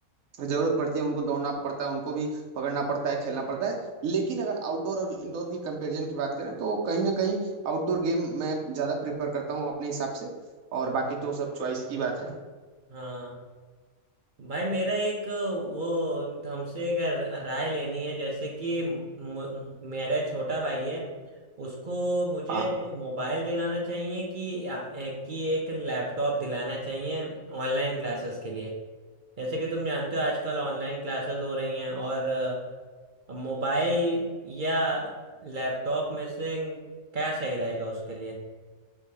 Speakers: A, on the right; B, on the right.
A: जरूरत पड़ती है उनको दौड़ना पड़ता है उनको भी पकड़ना पड़ता है खेलना पड़ता है लेकिन अगर आउटडोर और इंडोर की कंपैरिजन की बात करें तो कहीं ना कहीं आउटडोर गेम मैं ज्यादा प्रेफर करता हूँ अपने हिसाब से और बाकी तो सब चॉइस की बात है
B: हाँ भाई मेरा एक वो हमसे एक राय लेनी है जैसे कि म- मेरा छोटा भाई है उसको मुझे
A: हाँ
B: मोबाइल दिलाना चाहिए कि कि एक लैपटॉप दिलाना चाहिए ऑनलाइन क्लासेस के लिए जैसे कि तुम जानते हो आजकल ऑनलाइन क्लासेस हो रही हैं और मोबाइल या लैपटॉप में से क्या सही रहेगा उसके लिए